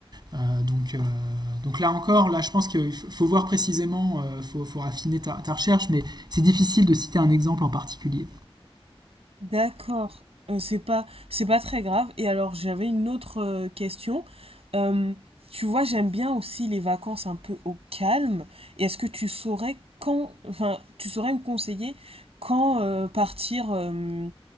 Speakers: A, on the right; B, on the right.
A: Euh, donc, euh, donc là encore, là, je pense qu'il faut voir précisément, euh, faut, faut affiner ta, ta recherche, mais c'est difficile de citer un exemple en particulier.
B: D'accord, Euh, c'est pas c'est pas très grave. Et alors j'avais une autre euh, question. Euh, tu vois, j'aime bien aussi les vacances un peu au calme. Et est-ce que tu saurais quand, enfin, tu saurais me conseiller quand euh, partir, euh,